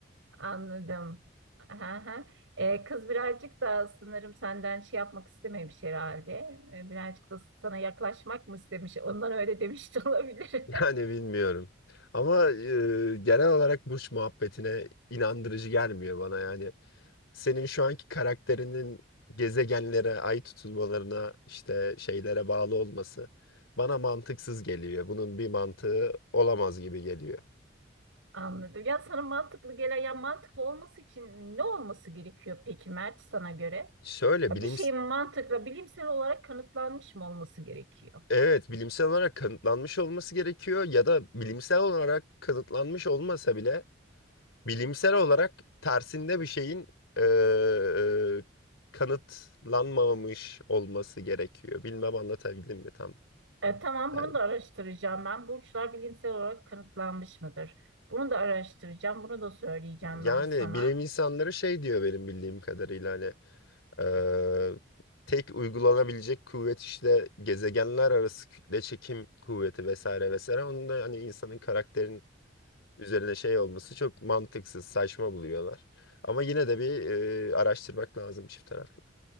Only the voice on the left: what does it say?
Yani bilmiyorum. Ama e, genel olarak burç muhabbetine inandırıcı gelmiyor bana yani. Senin şu anki karakterinin gezegenlere, ay tutulmalarına, işte şeylere bağlı olması bana mantıksız geliyor. Bunun bir mantığı olamaz gibi geliyor.
Şöyle
bilim
evet bilimsel olarak kanıtlanmış olması gerekiyor ya da bilimsel olarak kanıtlanmış olmasa bile Bilimsel olarak tersinde bir şeyin eee, kanıtlanmamış olması gerekiyor. Bilmem anlatabildim mi tam?
Yani,
yani
bilim insanları şey diyor benim bildiğim kadarıyla hani eee, tek uygulanabilecek kuvvet işte gezegenler arası kütle çekim kuvveti vesaire vesaire. Onun da hani insanın karakterin üzerine şey olması çok mantıksız, saçma buluyorlar. Ama yine de bir eee, araştırmak lazım çift taraflı.